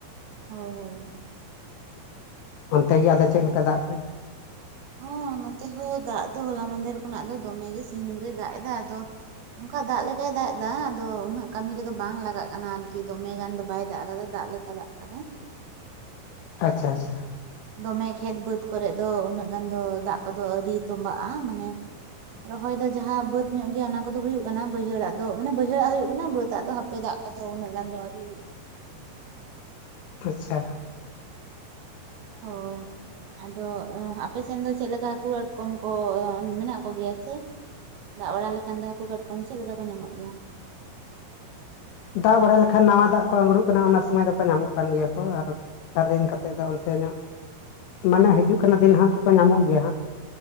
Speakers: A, on the right; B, on the left.
A: ᱦᱳᱭ ᱦᱳᱭ
B: ᱚᱱᱛᱮ ᱜᱮ ᱟᱫᱚ ᱪᱮᱫ ᱞᱮᱠᱟ ᱫᱟᱜ <unintelligible>
A: ᱦᱚᱸ ᱱᱚᱛᱮ ᱦᱚᱸ ᱫᱟᱜ ᱫᱚ ᱦᱚᱞᱟ ᱢᱟᱫᱷᱮᱨ ᱠᱷᱚᱱᱟᱜ ᱫᱚ ᱫᱚᱢᱮ ᱜᱮ ᱥᱤᱧ ᱧᱤᱫᱟᱹᱭ ᱫᱟᱜ ᱮᱫᱟ ᱟᱫᱚ ᱚᱱᱠᱟ ᱫᱟᱜ ᱞᱮᱠᱟᱭ ᱫᱟᱜ ᱮᱫᱟ ᱟᱫᱚ ᱩᱱᱟᱹᱜ ᱠᱟᱹᱢᱤ ᱨᱮᱫᱚ ᱵᱟᱝ ᱞᱟᱜᱟᱜ ᱠᱟᱱᱟ ᱟᱨᱠᱤ ᱫᱚᱢᱮ ᱜᱟᱱ ᱫᱚ ᱵᱟᱭ ᱫᱟᱜ ᱠᱟᱫᱟ ᱫᱟᱜ ᱞᱮᱠᱟ ᱪᱟᱫᱟᱜ ᱠᱟᱱᱟᱭ
B: ᱟᱪᱪᱷᱟ ᱟᱪᱪᱷᱟ
A: ᱫᱚᱢᱮ ᱠᱷᱮᱛ ᱵᱟᱹᱫᱽ ᱠᱚᱨᱮᱜ ᱫᱚ ᱩᱱᱟᱹᱜ ᱜᱟᱱ ᱫᱚ ᱫᱟᱜ ᱠᱚᱫᱚ ᱟᱹᱣᱨᱤ ᱛᱵᱟᱜᱼᱟ ᱢᱟᱱᱮ ᱨᱚᱦᱚᱭ ᱫᱚ ᱡᱟᱦᱟ ᱵᱟᱹᱫᱽ ᱧᱚᱜ ᱜᱮᱭᱟ ᱚᱱᱟ ᱠᱚᱫᱚ ᱦᱩᱭᱩᱜ ᱠᱟᱱᱟ ᱵᱟᱹᱭᱦᱟᱹᱲᱟᱜ ᱫᱚ ᱢᱟᱱᱮ ᱵᱟᱹᱭᱦᱟᱹᱲᱟᱜ ᱦᱩᱭᱩᱜ ᱠᱟᱱᱟ ᱵᱟᱹᱫ ᱟᱜ ᱫᱚ ᱦᱟᱯᱮᱫᱟᱜ ᱟᱫᱚ ᱩᱱᱟᱹᱜ ᱜᱟᱱᱫᱚ ᱟᱹᱣᱨᱤ ᱦᱩᱭᱩᱜ-ᱟ
B: ᱟᱪᱪᱷᱟ
A: ᱦᱳᱭ ᱟᱫᱚ ᱟᱯᱮ ᱥᱮᱱ ᱫᱚ ᱪᱮᱫ ᱞᱮᱠᱟ ᱦᱟᱹᱠᱩ ᱠᱟᱴᱠᱚᱢ ᱠᱚ ᱢᱮᱱᱟᱜ ᱠᱚᱜᱮᱭᱟ ᱥᱮ ᱫᱟᱜ ᱵᱟᱲᱟ ᱞᱮᱠᱷᱟᱱ ᱫᱚ ᱦᱟᱹᱠᱩ ᱠᱟᱴᱠᱚᱢ ᱪᱮᱫ ᱞᱮᱠᱟ ᱠᱚ ᱧᱟᱢᱚᱜ ᱜᱮᱭᱟ
B: ᱫᱟᱜ ᱵᱟᱲᱟ ᱞᱮᱠᱷᱟᱱ ᱱᱟᱣᱟ ᱫᱟᱜ ᱠᱚ <unintelligible> ᱠᱟᱱᱟ ᱚᱱᱟ ᱥᱚᱢᱚᱭ ᱫᱚᱠᱚ ᱧᱟᱢᱚᱜ ᱠᱟᱱ ᱜᱮᱭᱟ ᱠᱚ ᱟᱨ ᱛᱟᱨᱮᱧ ᱠᱟᱛᱮ ᱫᱚ ᱚᱱᱛᱮ ᱧᱚᱜ ᱢᱟᱱᱮ ᱦᱤᱡᱩᱜ ᱠᱟᱱᱟ ᱫᱤᱱ ᱦᱟᱸᱜ ᱫᱚ ᱧᱟᱢᱚᱜ ᱜᱮᱭᱟ ᱦᱟᱸᱜ